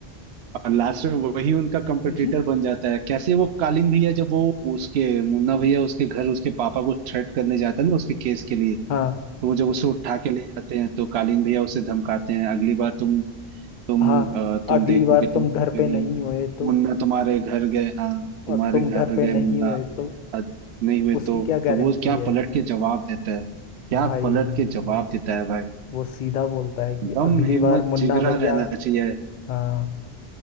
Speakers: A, on the right (about 85°); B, on the left (about 55°).
A: और लास्ट में वही उनका कंपटीटर
B: <laughs>
A: बन जाता है कैसे वो कालीन भैया जब वो उसके मुन्ना भैया उसके घर उसके पापा को थ्रेट करने जाता है ना उसके केस के लिए
B: हाँ
A: तो वो जब उसे उठा के ले जाते हैं तो कालीन भैया उसे धमकाते हैं अगली बार तुम तुम
B: हाँ
A: अ, तुम
B: अगली
A: देखो
B: बार
A: कि तुम
B: तुम
A: घर
B: घर
A: पे
B: पे
A: नहीं
B: नहीं
A: हो
B: होए तो
A: मुन्ना तुम्हारे घर गए हाँ तुम्हारे
B: और तुम
A: घर
B: घर पे
A: गए
B: नहीं
A: मुन्ना
B: होए तो
A: आज नहीं हुए
B: उसकी
A: तो
B: क्या गारंटी
A: तो वो क्या
B: है
A: पलट के जवाब देता है क्या
B: भाई
A: पलट के जवाब देता है भाई
B: वो सीधा बोलता है कि
A: दम
B: अगली
A: हिम्मत
B: बार मुन्ना
A: जिगरा
B: भैया
A: रहना चाहिए
B: हाँ